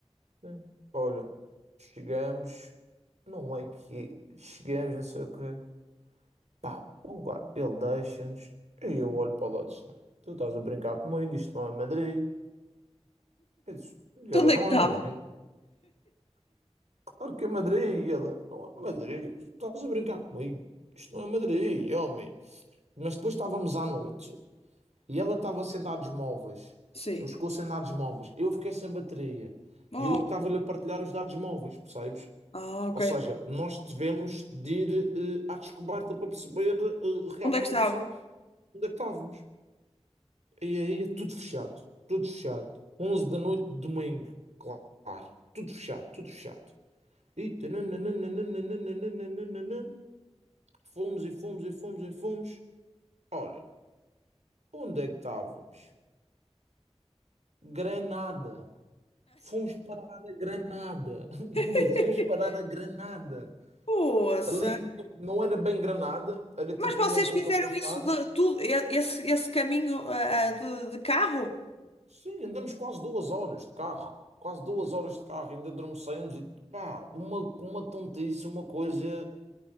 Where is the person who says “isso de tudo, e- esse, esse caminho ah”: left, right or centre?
Left